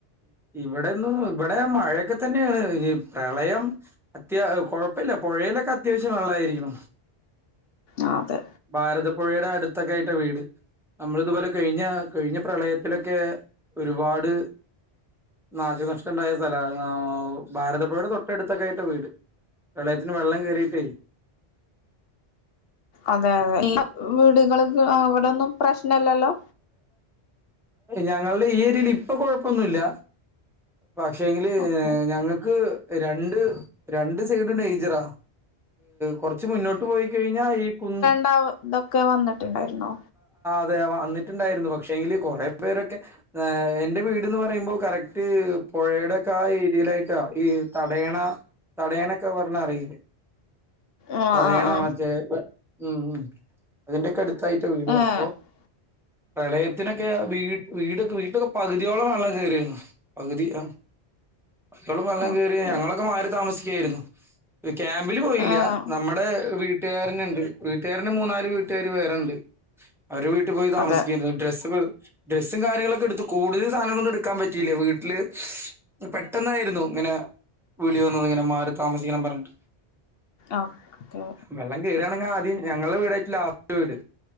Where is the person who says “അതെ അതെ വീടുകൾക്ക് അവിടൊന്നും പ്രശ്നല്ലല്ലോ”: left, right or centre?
Left